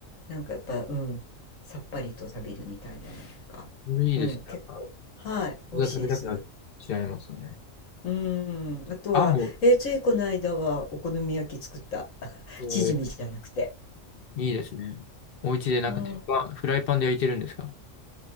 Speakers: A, on the left; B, on the left.
A: い。なんかやっぱ、うん、さっぱりと食べるみたいなのが、
B: ー、それいいですね。
A: うん、
B: なんか、
A: 結構、はい、美味しいです。
B: 餃子食べたくなっちゃいますね。
A: うん、あとは、
B: あ、もう、
A: えーついこの間はお好み焼き作った。<laughs>
B: えー
A: チヂミじゃなくて。
B: いいですね。お家でなんか鉄板、
A: うん、
B: フライパンで焼いてるんですか